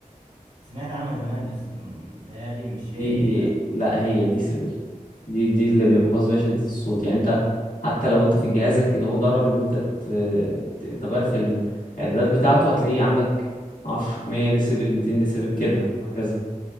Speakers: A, on the right; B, on the left.
A: سمعت عنها زمان بس م- متهيألي مش هي
B: دي
A: دي لا
B: لا هي ديسبل دي دي اللي بيقاس بيها شدة الصوت يعني انت حتى لو انت في جهازك كده هو جرب ان انت ت- ت- تغير في الاعدادات بتاعته هتلاقيه عندك معرفش 100 ديسبل 200 ديسبل كده وهكذا